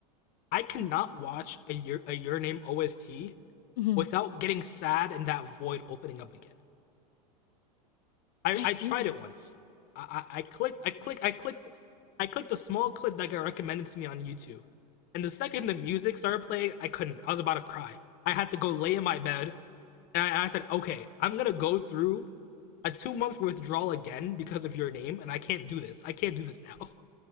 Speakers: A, on the left; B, on the left.
A: I cannot watch a Your a Your Name OST
B: hmm
A: without getting sad and that void opening up again. I,
B: I
A: I
B: feel
A: tried it
B: you.
A: once.
B: <sighs>
A: I, I, I clicked I clicked I clicked I clicked a small clip that got recommended to me on YouTube. And the second the music started playing, I couldn't. I was about to cry. I had to go lay in my bed and I, I said, okay, I'm gonna go through a two month withdrawal again because of your name, and I can't do this. I can't do this now.